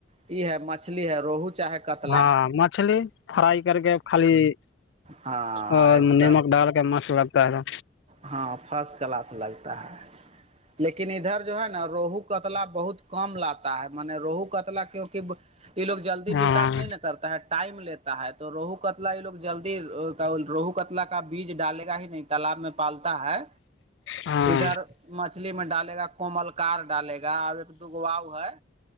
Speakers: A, on the right; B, on the left.
A: یہ ہے مچلی ہے روہو چاہے کتلا
B: ہاں مچھلی فرائی کر کے خالی
A: ہاں
B: اور
A: ایک
B: نمک
A: دم
B: ڈال کے مست لگتا ہے
A: ہاں فرسٹ کلاس لگتا ہے لیکن ادھر جو ہے نا روہو کتلا بہت کم لاتا ہے م نے روہو کتلا کیوںکہ یہ لوگ جلدی
B: ہاں
A: وکاس نہیں ن کرتا ہے ٹائم لیتے ہے تو روہو کتلا یہ لوگ جلدی روہو کتلا کا بیج ڈالے گا ہی نہیں تالاب میں پالتا ہے
B: ہاں
A: ادھر <unintelligible> مچھلی میں ڈالے گا کوملکار ڈالے گا اب ایک دوگو وؤ ہے